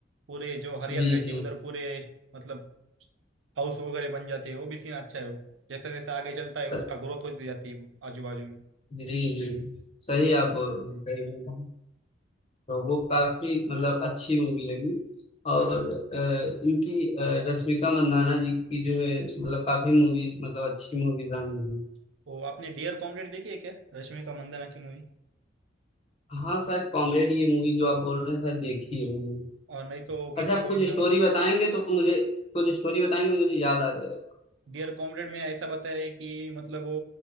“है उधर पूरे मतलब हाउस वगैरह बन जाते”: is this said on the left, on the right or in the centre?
Right